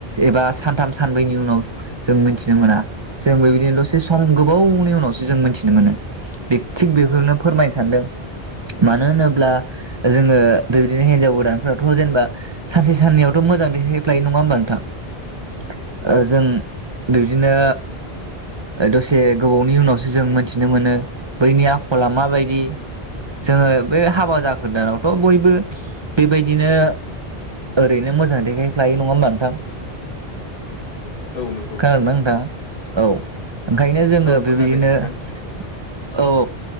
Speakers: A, on the right; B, on the left.
A: एबा सानथाम सानब्रैनि उनाव जों मिथिनो मोना जों बेबायदिनो दसे सम गोबावनि उनावसो जों मोनथिनो मोनो। बे थिग बेखौनो फोरमायनो सानदों। मानो होनोब्ला जोङो बेबायदिनो हिनजाव गोदानफोराथ' जेनेबा सानसे साननयावथ' मोजां देखायफ्लायो नङा होमबा नोंथां जों बिबदिनो दसे गोबावनि उनावसो जों मोनथिनो मोनो बैनि आखला माबायदि जोङो बे हाबा जागोदानावथ' बयबो बेबायदिनो ओरैनो मोजां देखायफ्लायो नङा होमबा नोंथां
B: औ नंगौ
A: खोनादोंना नोंथां औ ओंखायनो जोङो
B: औ खोनादों
A: बेबायदिनो
B: नोंथां
A: औ औ